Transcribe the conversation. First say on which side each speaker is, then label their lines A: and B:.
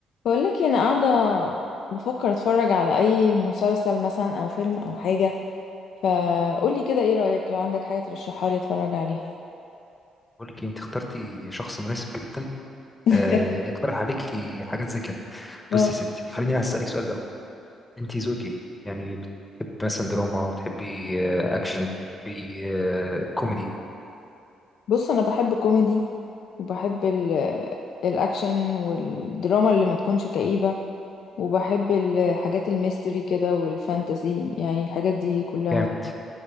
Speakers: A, on the left (about 70°); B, on the left (about 15°).
A: بقولك إيه، انا قاعده بفكر اتفرج على اي مسلسل مثلا او فيلم او حاجه فقولي كده ايه رايك لو عندك حاجه ترشحها لي اتفرج عليها
B: بقول لك إيه، انت اخترتي شخص مناسب جدا
A: <laughs>
B: آه، يقترح عليكي حاجات زي كده
A: اه
B: بصي يا ستي خليني هسألك سؤال الأول انت ذوقك ايه يعني بتحبي مثلا دراما بتحبي آه، اكشن بتحبي آه، كوميدي
A: بص انا بحب الكوميدي وبحب ال الاكشن والدراما اللي ما تكونش كئيبه وبحب الحاجات الميستري كده والفانتزي يعني الحاجات دي كلها
B: جامد